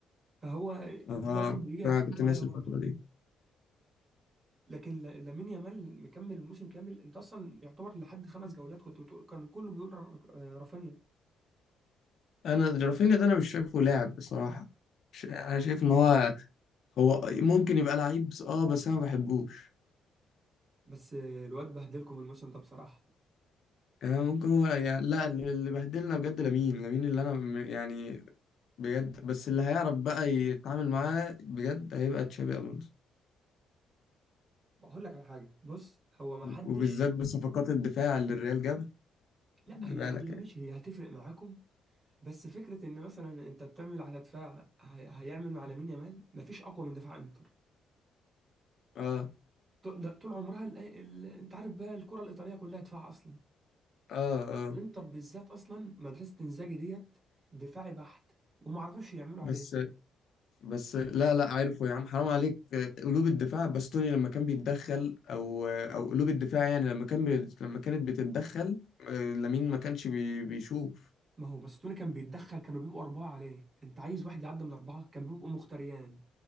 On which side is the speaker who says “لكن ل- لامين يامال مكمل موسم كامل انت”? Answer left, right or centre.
Right